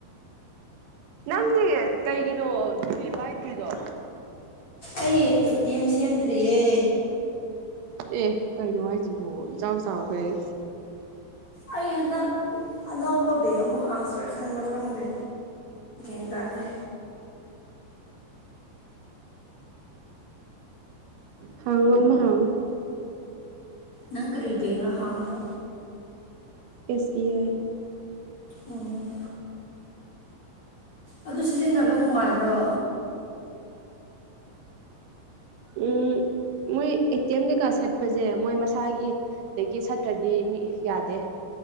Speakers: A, on the right (about 85°); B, on the left (about 35°).
A: ꯅꯪꯗꯤ ꯀꯩꯒꯤꯅꯣ ꯖꯤꯄꯤ ꯄꯥꯏꯗ꯭ꯔꯤꯗꯣ
B: ꯑꯩ ꯑꯦ ꯇꯤ ꯑꯦꯝ ꯁꯦꯝꯗ꯭ꯔꯤꯌꯦ
A: ꯑꯦ ꯀꯩꯅꯣ ꯍꯥꯏꯁꯤꯕꯣ ꯏꯆꯥꯎ ꯆꯥꯎꯈꯩ
B: ꯑꯩ ꯍꯟꯗꯛ ꯑꯅꯧꯕ ꯕꯦꯒ ꯑꯃ ꯍꯥꯡꯁꯤ꯭ꯔꯥ ꯈꯟꯕ ꯈꯪꯗꯦ ꯦꯟꯗꯗ
A: ꯍꯥꯎ ꯑꯃꯃ ꯍꯥꯎ
B: ꯅꯪ ꯀꯔꯤꯔꯤꯕꯅ ꯍꯥꯟꯗ
A: ꯑꯦꯁ ꯕꯤ ꯑꯥꯏ
B: ꯎꯝ ꯑꯗꯨ ꯁꯤꯖꯤꯟꯅꯕ ꯅꯨꯡꯉꯥꯏꯕ꯭ꯔꯣ
A: ꯎꯝ ꯃꯣꯏ ꯑꯦ ꯇꯤ ꯑꯦꯝ ꯀꯩꯀꯥ ꯁꯠꯄꯁꯦ ꯃꯣꯏ ꯃꯁꯥꯒꯤ ꯗꯗꯒꯤꯠ ꯇ꯭ꯔꯗꯤ ꯃꯤ ꯌꯥꯗꯦ